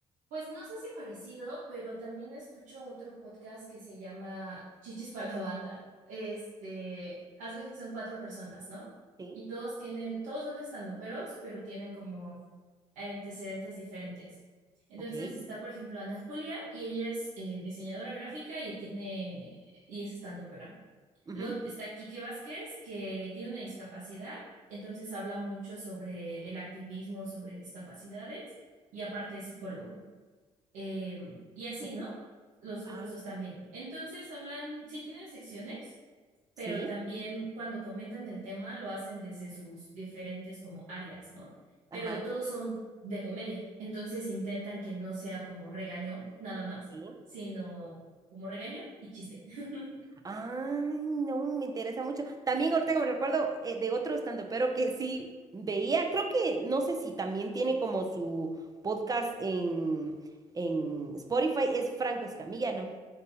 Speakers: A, on the right (about 85°); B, on the right (about 25°).
A: Pues no sé si parecido, pero también escucho otro podcast que se llama Chichis para la Banda. Este, haz de cuenta que son cuatro personas, ¿no?
B: Sí,
A: Y todos tienen, todos son estanduperos, pero tienen como antecedentes diferentes. Entonces
B: ok.
A: está, por ejemplo, Ana Julia y ella es eh, diseñadora gráfica y tiene y es estandupera.
B: ujú,
A: Luego está Quique Vázquez, que tiene una discapacidad, entonces habla mucho sobre el activismo, sobre discapacidades, y aparte es psicólogo. Eh, y así,
B: ujú,
A: ¿no? Los otros
B: Ah,
A: dos también. Entonces hablan, sí tienen secciones,
B: sí,
A: pero también cuando comentan el tema lo hacen desde sus diferentes como áreas, ¿no?
B: ajá,
A: Pero todos son de comedia. Entonces intentan que no sea como regaño nada más,
B: sí.
A: sino como regaño y chiste. <laughs>
B: Ay, no, me interesa mucho. También ahorita que me recuerdo eh, de otro pero que sí veía, creo que, no sé si también tiene como su podcast en, en Spotify, es Franco Escamilla, ¿no?